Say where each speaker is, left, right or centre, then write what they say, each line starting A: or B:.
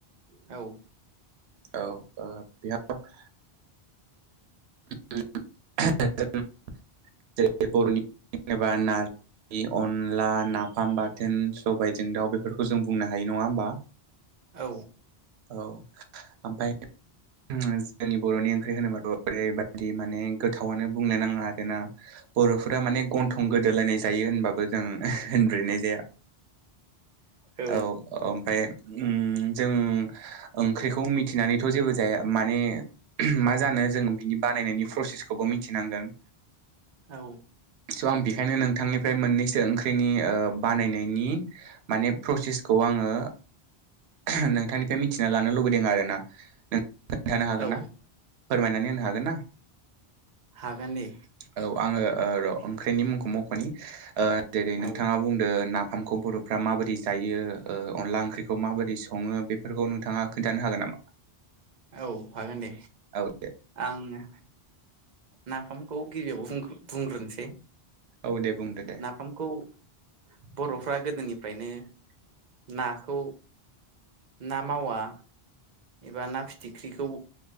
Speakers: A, on the right (about 50°); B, on the right (about 80°).
A: औ
B: औ ओहो- <unintelligible> <unintelligible>
A: औ
B: औ ओमफ्राय ओम जोंनि बर'नि ओंख्रि होनोबाथ'- ओरैबायदि माने गोथावानो बुंनो नाङा आरोना बर'फो- फोरा माने गन्थं गोदोलायनाय जायो होनबाबो- ओजों ओह होनब्रेनाय जाया।
A: औ
B: औ-औ ओमफ्राय- ओम जों- ओंख्रिखौ मिथिनानैथ' जेबो जाया। माने ओहोम मा जानो- जों बिनि बानायनायनि प्रसेसखौ- खौबो मिथिनांगोन।
A: औ
B: स' आं बेखायनो नोंथांनिफ्राय मोननैसो ओंख्रिनि ओ बानायनायनि माने प्रसेसखौ आङो ओहो नोंथांनिफ्राय मिथिना लानो लुबैदों आरो ना- खोनथानो हागोनना?
A: औ
B: फोरमायनानै होनो हागोन ना?
A: हागोन दे
B: औ आङो ओ र' ओंख्रिनि मुंखौ मख'नि- ओह- जेरै नोंथाङा
A: औ
B: बुंदो नाफ- ओंखामखौ बर'फ्रा माबोरै जायो ओ अनला ओंख्रिखौ माबोरै स'ङो बेफोरखौ नोंथाङा खोन्थानो हागोन नामा?
A: औ हागोनदे।
B: औ दे
A: आङो- नाफामखौ गिबियावनो बुंग्रो-बुंग्रोनोसै-
B: औ दे- बुंदो दे
A: नाफामखौ- बर'फ्रा गोदोनिफ्रायनो नाखौ ना मावा- एबा ना फिथिख्रिखौ